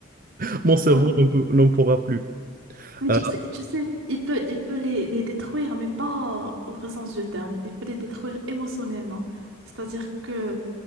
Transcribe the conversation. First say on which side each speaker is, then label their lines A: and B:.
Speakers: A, on the right; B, on the right.
A: <laughs> Mon cerveau
B: Non?
A: n'en peut- n'en pourra plus.
B: Mais
A: Ah,
B: tu sais, tu sais, il peut, il peut les, les détruire, mais pas au vrai sens du terme. Il peut les détruire émotionnellement. C'est-à-dire que